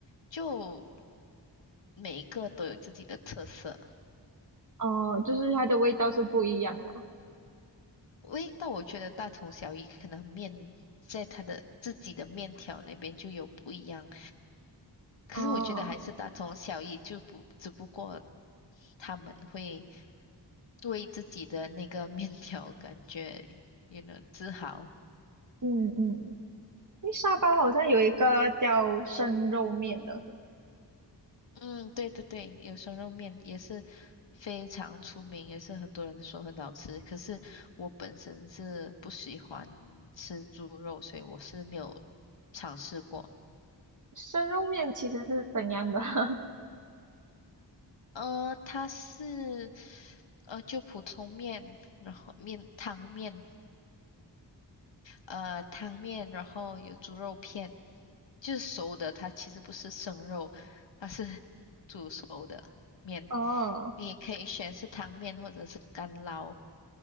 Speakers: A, on the left; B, on the right.
A: 就每一个都有自己的特色。
B: 哦，就是它的味道是不一样的。
A: 味道我觉得大同小异，可能面在它的自己的面条那边就有不一样，可是我觉得还是大同小异，
B: 哦，
A: 就不只不过他们会为自己的那个面条感觉，you know，自豪。
B: 嗯嗯，因为沙巴好像有一个叫生肉面的，
A: 嗯，对对对，有生肉面也是非常出名，也是很多人说很好吃。可是我本身是不喜欢吃猪肉，所以我是没有尝试过。
B: 生肉面其实是怎样的？<laughs>
A: 呃，它是呃就普通面，然后面汤面，呃汤面，然后有猪肉片，就是熟的，它其实不是生肉，它是煮熟的面。
B: 哦，
A: 你也可以选是汤面或者是干捞